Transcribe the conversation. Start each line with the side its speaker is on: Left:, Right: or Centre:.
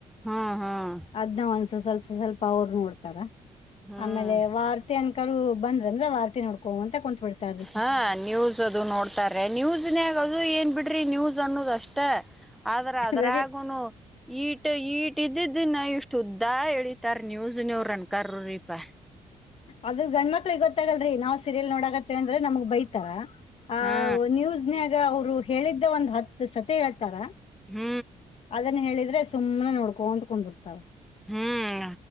Centre: ಹ್ಮ್ ಹ್ಮ್
Left: ಅದನ್ನ ಒಂದ ಸಸ್ವಲ್ಪ ಸಸ್ವಲ್ಪ್ ಪ್ಪ ಅವ್ರು ನೋಡ್ತಾರ.
Centre: ಹ್ಮ್
Left: ಆಮೇಲೆ ವಾರ್ತೆ ಅನ್ ಅಕ್ಕರು ಬಂದ್ರ ಅಂದ್ರ ವಾರ್ತಿ ನೋಡ್ಕೊಂತ ಕುಂತ್ ಬಿಡ್ತಾರ್ರಿ
Centre: ಹಾ ನ್ಯೂಸ್ ಅದು ನೋಡ್ತಾರ್ಯ ನ್ಯೂಸ್ನ್ಯಾಗ. ಅದು ಏನ್ ಬಿಡ್ರಿ ನ್ಯೂಸ್. ಅನ್ನುದಷ್ಟ ಆದ್ರ ಅದ್ರಾಗುನು.
Left: ಸರಿ
Centre: ಈಟ ಈಟ ಇದ್ದಿದ್ದ ನ ಇಷ್ಟು ಉದ್ದ ಎಳಿತಾರ ನ್ಯೂಸ್ ನವ್ರ ಆ್ಯಂಕರ್ ರಿ ಪಾ.
Left: ಅದು ಗಂಡ್ಮಕ್ಳಿಗ ಗೊತ್ತಾಗಲ್ರಿ ನಾವ್ ಸೀರಿಯಲ್ ನೋಡಕತ್ತೇವ ಅಂದ್ರ ನಮ್ಗ್ ಬೈತಾರ. ಆ
Centre: ಹಾ
Left: ನ್ಯೂಸ್ ನ್ಯಾಗ ಅವ್ರು ಹೇಳಿದ್ದ ಒಂದ್ ಹತ್. ಹತ್ ಸತೆ ಹೇಳ್ತಾರಾ.
Centre: ಹ್ಞ
Left: ಅದನ್ನ ಹೇಳಿದ್ರೆ ಸುಮ್. ಸುಮ್ಮನೆ ನೋಡ್ಕೊಂತ ಕುಂದರ್ತವ.
Centre: ಹ್ಮ್